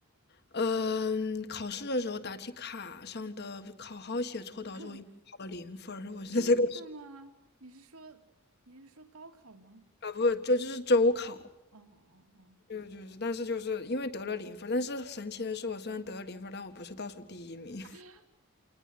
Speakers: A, on the left (about 45°); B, on the right (about 75°).
A: 嗯、考试的时候答题卡上的考号写错，导致我一共考了零分儿
B: <laughs>
A: <laughs> 我觉得这个
B: 真的吗？你是说你是说高考吗？
A: 啊不是就就是周考，
B: 哦哦哦，
A: 就就是，但是就是因为得了零分儿但是神奇的是，我虽然得了零分儿但我不是倒数第一名。
B: 啊